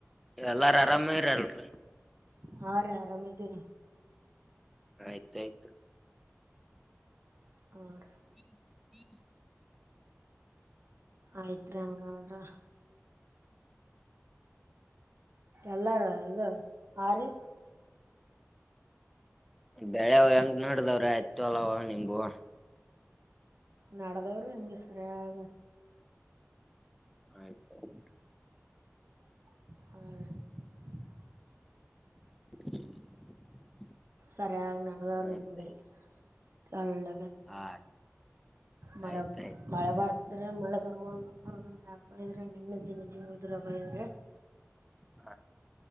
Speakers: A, in the centre; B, on the right.
A: ಎಲ್ಲಾರ ಆರಾಮೇ ಇರಲ್ರಿ
B: ಹಾ ರೀ ಆರಾಮಿದ್ದೀರಿ
A: ಆಯ್ತಾಯ್ತು
B: ಹ
A: ಹ್ಮ್ ಹ್ಮ್
B: ಆಯ್ತ್ರಿ ಹಂಗಾದ್ರ ಎಲ್ಲಾರ ಇದು ಆರಿ
A: ಬೆಳೆ ಹೆಂಗ ನೋಡ್ದವ್ರಿ ಆಯ್ತ ಅಲವ ನಿಂಬು
B: ನಡದವ್ರು ಹಿಂಗೆ ಸರಿಯಾಗ
A: ಆಯ್ತಾಯಯ್ತು
B: ಹ
A: <inaudible>
B: ಸರಿಾಗಿ ನಡೆದ್ರ
A: ಆಯ್ತ
B: ನಿಂಗೆ ಕಳ್ಳ
A: ಹಾ
B: ಮಳೆ
A: ಆಯ್ತ ಆಯ್ತ್
B: ಮಳೆ ಬರ್ತ ಇದ್ರೆ ಮಳೆ ಬರ್ ಹಾಕ ಇದ್ರೆ ನಿನ್ನ ಜಿನ್ಜಿನ್ ಇದ್ರ ಬ ಇದ್ರೆ
A: ಹಾ